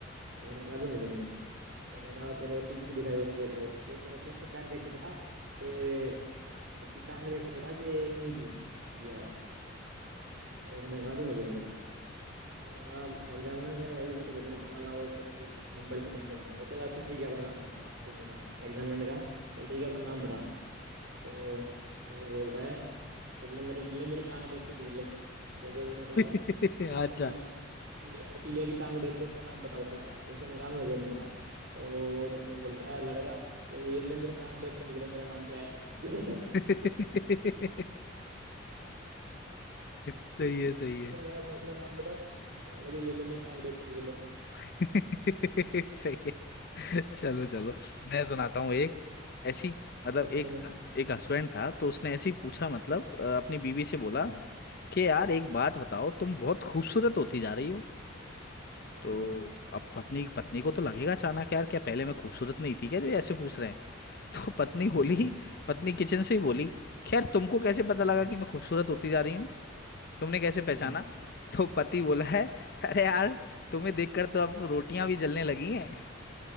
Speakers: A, on the right; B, on the left.
A: उसने कहा जी मुझे नहीं पता उसने कहा चलो तीसरी दिखाई उसे एक और कि चलो अच्छा इसके पैर देख के बता कि इसकी टांग देख के बता कि ये कौन सी चिड़िया है तो उसने कहा जी मुझे नहीं पता मैंने कहा एग्जामिनर कह भाई इसे तो कुछ नहीं पता लाओ इसका तो फिर नंबर से कम देने पड़ेंगे चला अच्छा ठीक है अपना नाम बता मास्टर उसने कहा एग्जामिनर ने कहा चल ठीक है अपना नाम बता तो वो बोलता है ले मेरी ले मेरी टांग देख के लिख ले जैसे उसने कहा
B: बात
A: था कि
B: अच्छा
A: इसका नाम चिड़िया चिड़िया की टांग देख के इसका नाम बताओ क्या है उसने कहा मुझे नहीं पता तो वो बोलता है लड़का कि ये ले मेरी टांग देख के लिख ले मेरा नाम क्या है उसने
B: <laughs> सही है सही है
A: कहा "अब अपना नाम बताओ क्या लगे ये ले मेरी टांग देख के लिख ले
B: <laughs> सही है चलो चलो मैं सुनाता हूँ एक ऐसी मतलब
A: कार्टून
B: एक
A: है
B: एक हस्बैंड था तो उसने ऐसी पूछा मतलब अ, अपनी बीवी से बोला
A: हम्म
B: कि यार एक बात बताओ तुम बहुत खूबसूरत होती जा रही हो तो
A: हम्म
B: अब पत्नी पत्नी को तो लगेगा अचानक यार क्या पहले मैं खूबसूरत नहीं थी क्या जो ये ऐसे पूछ
A: हम्म
B: रहे हैं तो पत्नी बोली
A: हम्म
B: पत्नी किचन से ही बोली खैर तुमको कैसे पता लगा
A: हम्म
B: कि मैं खूबसूरत होती जा रही हूँ तुमने कैसे पहचाना
A: हम्म,
B: तो पति बोला है अरे यार तुम्हें देखकर तो अब रोटियां भी जलने लगी हैं